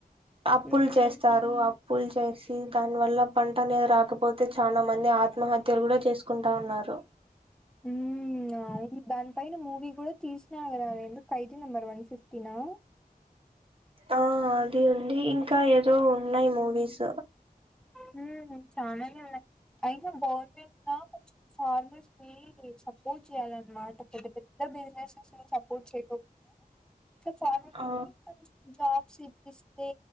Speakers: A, on the right; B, in the centre.
A: అప్పులు
B: అ హ్మ్.
A: చేస్తారు అప్పుల్ చేస్ దాని వల్ల పంట అనేది రాకపోతే చాలా మంది ఆత్మహత్యలు కూడా చేసుకుంటా ఉన్నారు
B: మ్ వు ఆ దాని పైన మూవీ కూడా తీసినారు కదా ఏంది ఖైదీ నెంబర్ వన్ ఫిఫ్టీనా? <inaudible>
A: ఆ అది అండి ఇంకా ఏదో ఉన్నాయి మూవీస్
B: హూమ్ చాలనే ఉన్నాయ్ అయినా గవర్నమెంట్ లో కొంచెం ఫార్మర్స్ ని సపోర్ట్ చేయాలన్నమాట పెద్ద పెద్ద బిజసస్ లో అసల్ సపోర్ట్ చేయర్ ఫార్మ
A: ఆ
B: కొంచం జాబ్స్ ఇప్పిస్తే